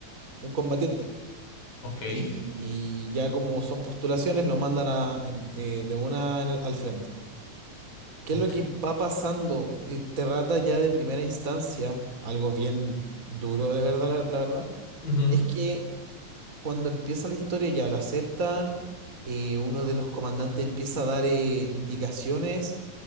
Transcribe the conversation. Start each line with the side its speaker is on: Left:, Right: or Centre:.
Right: un combatiente.
Left: Ok.
Right: Y, y ya como son postulaciones, lo mandan a- en- eh, de una en el- al frente. ¿Qué
Left: Ok.
Right: es lo que va pasando? Eh, te rata ya de primera instancia, algo bien duro de verdad, la, la verdad,
Left: ujú,
Right: es que cuando empieza la historia ya lo aceptan, eh, uno de los comandantes empieza a dar eh, indicaciones